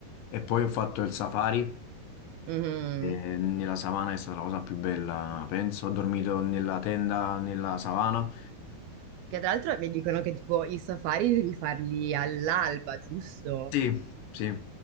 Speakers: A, on the left; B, on the right.
A: E poi ho fatto il safari,
B: Mhm.
A: eh, nella savana è stata la cosa più bella, penso. Ho dormito nella tenda, nella savana.
B: Che tra l'altro mi dicono che tipo i safari devi farli all'alba, giusto?
A: Sì, sì,